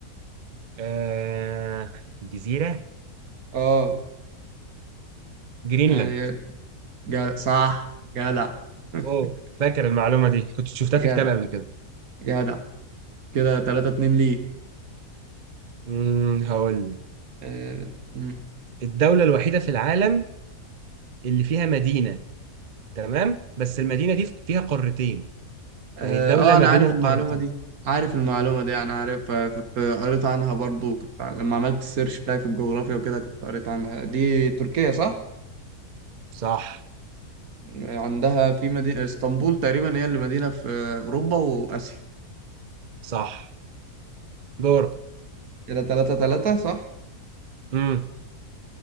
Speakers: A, on the right; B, on the right.
A: آه جزيرة
B: اه
A: جرينلاند
B: يعني جا صح جدع <laughs>
A: اوه فاكر المعلومة دي كنت شفتها
B: جدع
A: في كتاب قبل كده
B: جدع كده 3 2 ليه
A: امم هقول لك
B: اه مم.
A: الدولة الوحيدة في العالم اللي فيها مدينة تمام بس المدينة دي فيها قارتين
B: اه
A: يعني الدولة
B: آه،
A: ما
B: انا
A: بين
B: عارف
A: القارتين
B: المعلومة دي عارف المعلومة دي انا عارفها كنت قريت عنها برضو كنت لما عملت السيرش بتاعي في الجغرافيا وكده كنت قريت عنها دي تركيا صح
A: صح
B: عندها في مدينة اسطنبول تقريبا هي اللي مدينة في اوروبا واسيا
A: صح دور
B: كده تلاتة تلاتة صح
A: امم